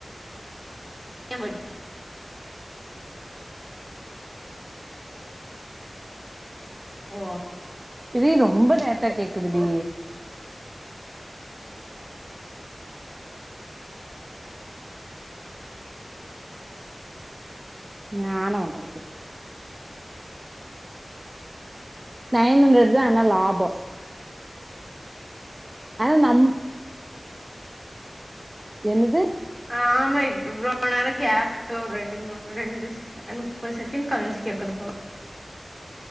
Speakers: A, in the centre; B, on the right.
A: என்வடி ஓ
B: இதி ரொம்ப லேட்டா கேக்குதுடி ஞ என்ன பண்றது நைன் ஹண்ட்ரட் தா ஆனா லாபோ ஆனா நம் என்னுது
A: ஆமா இப்பவ்வோனாலும் கேப் ரெண்டு மூணு ரெண்டு அ முப்பது செகண்ட் கழிஞ்சு கேக்குது போ